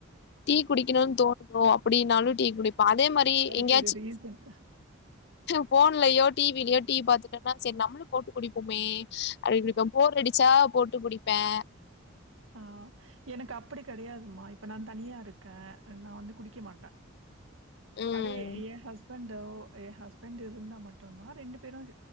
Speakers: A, on the left (about 55°); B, on the right (about 75°).
A: டீ குடிக்கிணுன் தோ லோ அப்டின்னாலு டீ குடிப் ப்ப அதே மாரி
B: அதுக்கு
A: எங்கேயாச்சு
B: ஒரு ரீசன்
A: ஃபோன் <unintelligible> லயோ டிவிலியோ டீ பாத் <inaudible> சேரி நம்ளு போட்டு குடிப்பமே <unintelligible> போர் அடி ஸ்டா போட்டு குடிப்பேன
B: ஆஹ் எனக்கு அப்படி கெடையாதுமா இப்ப நா தனியா இருக்கே நா வந்து குடிக்க மாட்டே
A: ம்
B: அதே ஏன் ஹஸ் ஹஸ்பண்டோ ஏ ஹஸ்பண்ட் இருந்தா மட்டும்தா ரெண்டு பேரும்